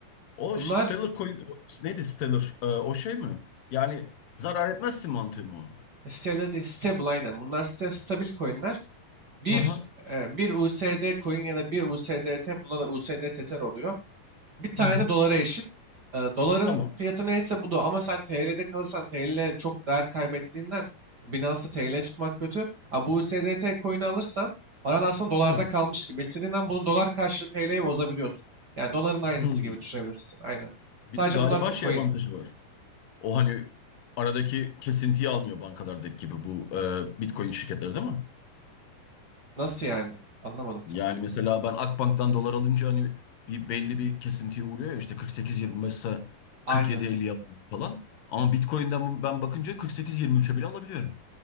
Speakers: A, on the left; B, on the right.
A: O
B: Bunlar
A: Stellar Coin neydi Stellar? Ee, o şey mi? Yani zarar etmezsin mantığı mı o?
B: E, Siteleri değil, stable aynen. Bunlar site, stabil coinler. Bir,
A: Aha,
B: e, bir USD coin ya da bir USDT, buna da USD Tether oluyor. Bir tane
A: aha,
B: dolara eşit. E, doların
A: tamam.
B: fiyatı neyse bu da. ama sen TL'de kalırsan TL çok değer kaybettiğinden Binance'da TL tutmak kötü. Ha, bu USDT coin'i alırsan paran aslında dolarda
A: Ha,
B: kalmış gibi. İstediğinden bunu dolar karşılığı TL'ye bozabiliyorsun. Yani doların aynısı
A: hmm.
B: gibi düşünebilirsin. Aynen.
A: Bir
B: Sadece
A: de galiba
B: bunlar fa-
A: şey
B: coin.
A: avantajı var. O hani aradaki kesintiyi almıyor bankalardaki gibi bu e, Bitcoin şirketleri değil mi?
B: Nasıl yani? Anlamadım
A: Yani
B: tam.
A: mesela ben Akbank'tan dolar alınca hani bir belli bir kesintiye uğruyor ya işte 48.25 ise
B: Aynen.
A: 47.50 yapıyor falan. Ama Bitcoin'den ben bakınca 48.23'e bile alabiliyorum.